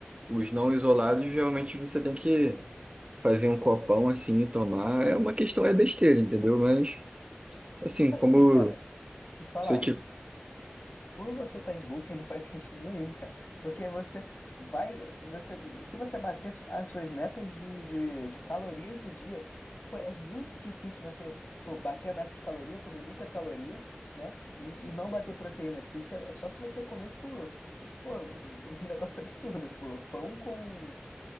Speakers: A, on the right; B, on the left.
A: os não isolados, realmente você tem que fazer um copão assim e tomar. É uma questão, é besteira, entendeu? Mas, assim,
B: Assim,
A: como
B: cara, te falar.
A: se eu te.
B: Quando você tá em booking, não faz <laughs> sentido nenhum, cara. Porque você vai. Você, se você bater as suas metas de, de, de calorias do dia, pô, é muito difícil você, pô, bater a meta de caloria, comer muita caloria, né? E, e não bater proteína. Tipo, isso é, é só se você comer, tipo, pô, um, <laughs> um negócio absurdo. Tipo, pão com,